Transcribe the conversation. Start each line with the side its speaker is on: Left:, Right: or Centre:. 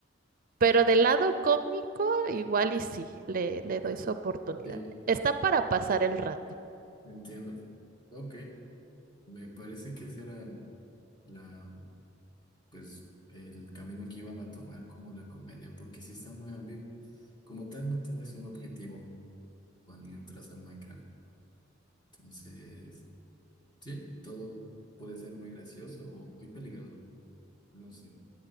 Right: Pero del lado cómico, igual y sí, le, le doy su oportunidad.
Left: Sí,
Right: Está para pasar el rato.
Left: entiendo. Ok, me parece que ese era la, pues, el camino que iban a tomar como la comedia, porque si está muy ambiguo, como tal no tienes un objetivo cuando entras al Minecraft. Entonces, sí, todo puede ser muy gracioso o muy peligroso. No sé.